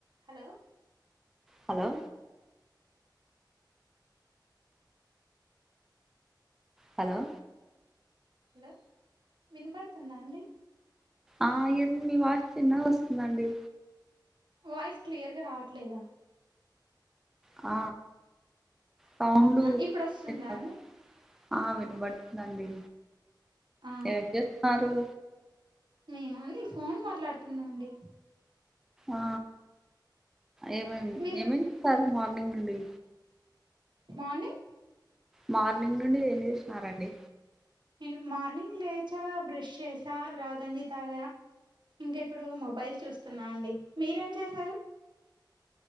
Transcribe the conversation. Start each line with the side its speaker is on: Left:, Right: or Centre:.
Right: Hello
Centre: hello hello
Right: hello వినపడుతుందా అండి.
Centre: ఆ ఎం మీ వాయిస్ చిన్నగా వస్తుందండి.
Right: వాయిస్ క్లియర్గా రావట్లేదా?
Centre: ఆ సౌండ్
Right: అవునా ఇప్పుడస్తుందా
Centre: చిన్న
Right: అండి.
Centre: ఆ వినబడుతుందండి.
Right: ఆ
Centre: ఏం చేత్తార్రు?
Right: మేమా అండి ఫోన్ మాట్లాడుతున్నా అండి.
Centre: ఆ ఏమేమి,
Right: మీరు
Centre: ఏమేమిస్తారు మార్నింగ్ నుండి.
Right: మార్నింగ్
Centre: మార్నింగ్ నుండి ఏం చేశినారండి?
Right: నేను మార్నింగ్ లేచా, బ్రష్ చేసా, రాగంజి తాగా. ఇంక ఇప్పుడు మొబైల్ చూస్తున్నా అండి. మీరేం చేసారు?